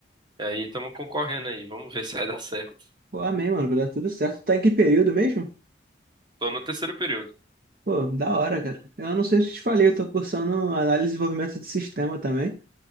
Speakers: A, on the right (about 25°); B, on the right (about 50°).
A: E aí estamos concorrendo aí, vamos ver <laughs> se vai dar certo.
B: Pô, amém, mano. Vai dar tudo certo. Tá em que período mesmo?
A: Tô no terceiro período.
B: Pô, da hora, cara. Eu não sei se eu te falei, eu tô cursando análise e desenvolvimento de sistema também.